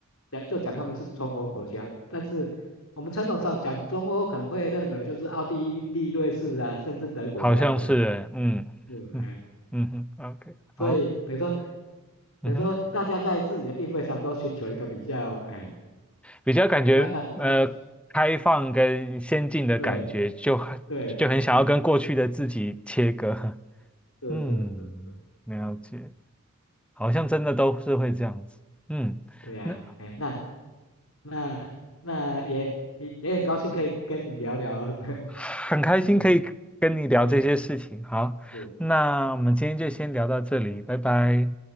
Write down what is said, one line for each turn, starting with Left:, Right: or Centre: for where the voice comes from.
Left: 讲就讲他们是中国国家，但是我们传统上讲中欧可能会认为就是奥地利、瑞士啊，甚至德国这样子啊，
Centre: 好像是欸，嗯嗯嗯哼，OK，
Left: 是哎。所以等于说
Centre: 好，
Left: 等于说大家在自己的定位上都寻求一个比较，
Centre: 嗯哼，
Left: 哎，
Centre: 比较感觉呃开放跟先进的感觉，
Left: 要让大家去对
Centre: 就很就很想要跟过去的自己切割，
Left: 对对对，
Centre: <laughs>
Left: 是是是是，
Centre: 嗯，了解，
Left: 嗯，
Centre: 好像真的都是会这样子，嗯，
Left: 对呀、
Centre: 那
Left: 哎，那那那也也也很高兴可以跟你聊聊，<laughs>
Centre: 很开心可以跟你聊这些事情，
Left: 哎，对，
Centre: 好，
Left: 是，
Centre: 那我们今天就先聊到这里，拜拜。